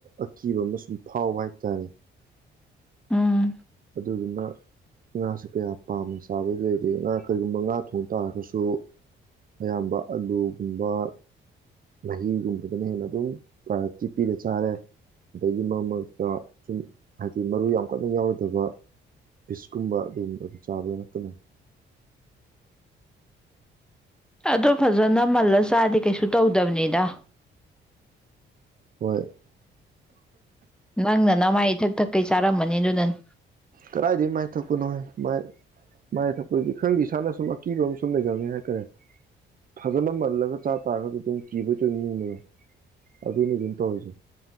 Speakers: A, on the right; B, in the centre.
A: ꯑꯀꯤꯕ ꯑꯃ ꯁꯨꯝ ꯐꯥꯎ ꯍꯥꯏꯇꯥꯔꯦ
B: ꯎꯝ
A: ꯑꯗꯨꯗꯨꯅ ꯉꯥꯁꯤ ꯀꯌꯥ ꯄꯥꯝꯅ ꯆꯥꯕꯒꯤ ꯂꯩꯗꯤ ꯉꯥ ꯀꯔꯤꯒꯨꯝꯕ ꯉꯥ ꯊꯣꯡ ꯇꯥꯔꯒꯁꯨ ꯑꯌꯥꯝꯕ ꯑꯂꯨꯒꯨꯝꯕ ꯃꯍꯤꯒꯨꯝꯕꯗꯅ ꯍꯦꯟꯅ ꯑꯗꯨꯝ ꯄ꯭ꯔꯥꯏꯌꯣꯔꯤꯇꯤ ꯄꯤꯔ ꯆꯥꯔꯦ ꯑꯗꯒꯤ ꯃꯔꯛ ꯃꯔꯛꯇ ꯁꯨꯝ ꯍꯥꯏꯗꯤ ꯃꯔꯨ ꯌꯥꯝ ꯀꯟꯅ ꯌꯥꯎꯔ ꯐꯕ ꯄꯤꯁꯀꯨꯝꯕ ꯑꯗꯨꯝ ꯑꯗꯨ ꯆꯥꯕꯗ ꯅꯛꯇꯅ
B: ꯑꯗꯣ ꯐꯖꯅ ꯃꯜꯂ ꯆꯥꯗꯤꯦ ꯀꯩꯁꯨ ꯇꯧꯗꯕꯅꯤꯅ ꯗ
A: ꯍꯣꯏ
B: ꯅꯪꯅ ꯅ ꯃꯥꯥꯏ ꯊꯛ ꯊ ꯀꯩ ꯆꯥꯔꯝꯝꯕꯅꯤ ꯑꯗꯨ ꯅꯪ
A: ꯀꯗꯥꯏꯗꯒꯤ ꯃꯥꯏ ꯊꯛꯄꯅꯣꯣꯏ ꯃꯥꯏ ꯃꯥꯏ ꯊꯛꯄꯗꯤ ꯈꯪꯗꯦ ꯏꯁꯥꯅ ꯁꯨꯝ ꯑꯀꯤꯕ ꯑꯃ ꯁꯨꯝ ꯂꯩꯖꯅꯤ ꯍꯥꯏꯇꯥꯔꯦ ꯐꯖꯅ ꯃꯜꯂꯒ ꯆꯥ ꯇꯥꯔꯒꯁꯨ ꯑꯗꯨꯝ ꯀꯤꯕ ꯇ ꯑꯗꯨ ꯅꯤꯡꯕꯒ ꯑꯗꯨꯅ ꯑꯗꯨꯝ ꯇꯧꯔꯤꯁꯦ